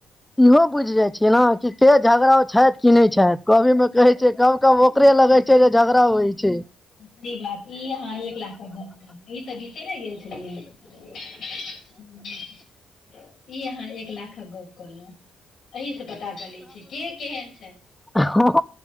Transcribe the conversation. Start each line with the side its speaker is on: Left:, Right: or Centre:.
Centre: इहो बुझि जाइ छियै नऽ की के झगड़ाउ छथि कि नहि छथि कभी मे कहै छै कब कब ओकरे लगै छै जे झगड़ा होइ छै
Left: ठीक बात ई अहाँ एक लाखके गप्प कहलहूँ ई तऽ बिसैरे गेल <unintelligible> ई अहाँ एक लाखक गप कहलहूँ अही सऽ पता चलै छै के केहन छै
Centre: हाँ <unintelligible>